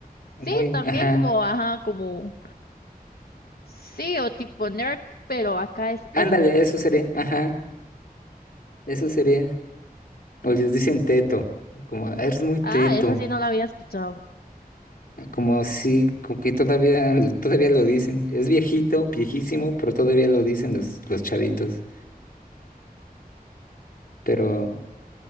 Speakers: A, on the left (about 75°); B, on the left (about 60°).
A: sí,
B: Muy,
A: también
B: ajá.
A: como, ajá, como, sí, o tipo nerd, pero acá es,
B: Ándale,
A: es verde.
B: eso sería, ajá, eso sería. O les dicen teto, como, "Ah, eres muy teto,
A: Ah, esa sí no la había escuchado.
B: como así, como que todavía, todavía lo dicen. Es viejito, viejísimo, pero todavía lo dicen los, los chavitos. Pero